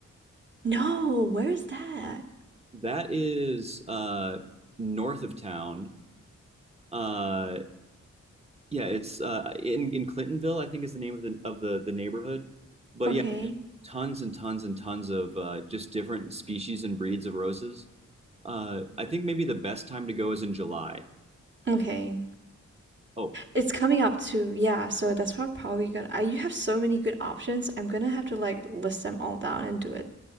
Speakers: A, on the right; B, on the right.
A: no, where's that?
B: That is uh, north of town. Uh, yeah, it's uh, in in Clintonville, I think is the name of the of the the neighborhood. But
A: Okay.
B: yeah, tons and tons and tons of uh, just different species and breeds of roses. Uh, I think maybe the best time to go is in July.
A: Okay.
B: Oh,
A: It's coming up too, yeah, so that's what I'm probably gonna I you have so many good options, I'm gonna have to, like, list them all down and do it,